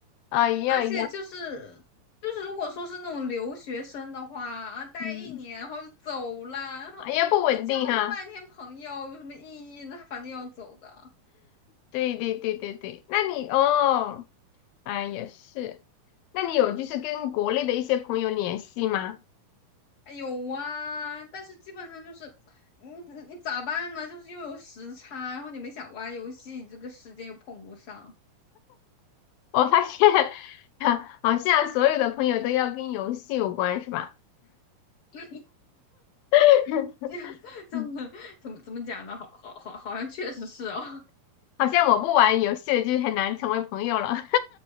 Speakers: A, on the left (about 80°); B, on the left (about 65°).
A: 啊，一样一样，
B: 而且就是就是，如果说是那种留学生的话啊，待一年然后就走了，
A: 嗯。
B: 然后你交这个半天朋友有什么意义呢？
A: 啊也不稳定哈。
B: 他反正要走的。
A: 对对对对对，那你哦，啊也是，那你有就是跟国内的一些朋友联系吗？
B: 嗯，哎有啊，但是基本上就是你你咋办呢？就是又有时差，然后你们想玩游戏，这个时间又碰不上，
A: 我发现 <laughs> 好像所有的朋友都要跟游戏有关，是吧？
B: <laughs> 这
A: <laughs>
B: 样这样
A: <clears throat>
B: <laughs>
A: 嗯
B: 怎么怎么讲呢？好好好，好像确实是哦。
A: 好像我不玩游戏的就很难成为朋友了，